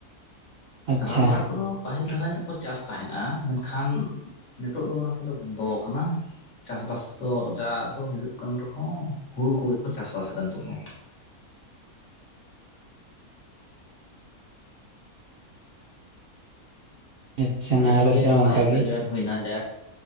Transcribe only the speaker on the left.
ᱨᱟᱢᱲᱟ ᱠᱚᱫᱚ ᱯᱟᱹᱦᱤᱞ ᱫᱷᱟᱨᱟ ᱧᱚᱜ ᱠᱚ ᱪᱟᱥ ᱛᱟᱦᱮᱫᱱᱟ ᱢᱮᱱᱠᱷᱟᱱ ᱱᱤᱛᱚᱜ ᱫᱚ ᱚᱱᱟ ᱠᱚᱫᱚ ᱵᱚᱱᱫᱚ ᱟᱠᱟᱱᱟ ᱪᱟᱥᱵᱟᱥ ᱫᱚ ᱡᱟ ᱫᱚ ᱦᱩᱭᱩᱜ ᱠᱟᱱ ᱨᱮᱦᱚᱸ ᱦᱩᱲᱩ ᱠᱚᱜᱮ ᱠᱚ ᱪᱟᱥᱵᱟᱥᱮᱫᱟ ᱱᱤᱛᱚᱜ ᱫᱚ
ᱛᱮᱦᱮᱧ
ᱜᱮ
ᱱᱚᱣᱟ
ᱮᱯ
ᱨᱮ ᱡᱚᱭᱮᱱ ᱦᱩᱭ ᱡᱟᱠ